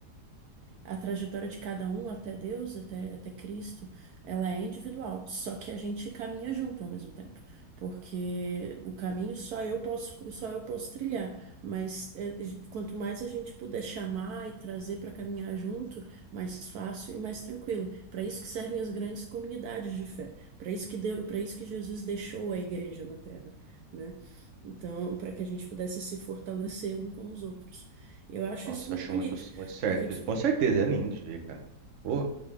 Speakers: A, on the right; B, on the right.
A: A trajetória de cada um até Deus, até, até Cristo, ela é individual. Só que a gente caminha junto ao mesmo tempo, porque o caminho só eu posso, só eu posso trilhar. Mas é, quanto mais a gente puder chamar e trazer para caminhar junto, mais fácil e mais tranquilo. Para isso que servem as grandes comunidades de fé. Para isso que deu, para isso que Jesus deixou a igreja na terra, né? Então, para que a gente pudesse se fortalecer um com os outros. Eu acho
B: Nossa,
A: isso muito
B: acho
A: bonito.
B: muito, muito certo
A: Porque, tipo,
B: isso. Com certeza, é lindo de ver, cara. Pô.